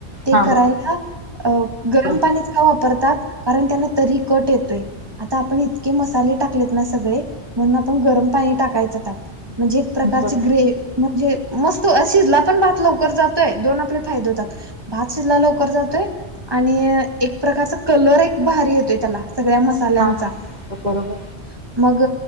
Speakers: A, on the right; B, on the right.
A: ते
B: हा
A: करायला अ
B: बरोबर
A: गरम पाणीच का वापरतात. कारण त्यांना तरी कट येतोय आता आपण इतके मसाले टाकलेत ना सगळे म्हणून आपण गरम पाणी टाकायच त्यात म्हणजे एक प्रकारचे
B: बर
A: ग्रे म्हणजे मस्त शिजला पण भात लवकर जातोय दोन आपले फायदे होतात भात शिजला लवकर जातोय आणि एक प्रकारचा कलर एक भारी येतोय त्याला सगळ्या मसाल्यांचा
B: हा हा
A: चा
B: बरोबर
A: मग